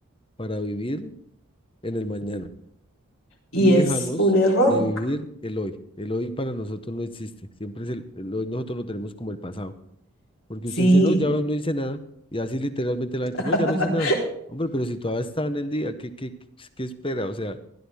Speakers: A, on the left (about 25°); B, on the left (about 65°).
A: para vivir en el mañana
B: Y
A: y dejamos
B: es un error.
A: de vivir el hoy. El hoy para nosotros no existe, siempre es el, el hoy nosotros lo tenemos como el pasado, porque
B: Sí.
A: usted dice, no, ya hoy no hice nada, y así literalmente la gente,
B: <laughs>
A: no, ya no hice nada. Hombre, pero si todavía está en el día, ¿qué, qué, qué espera? O sea,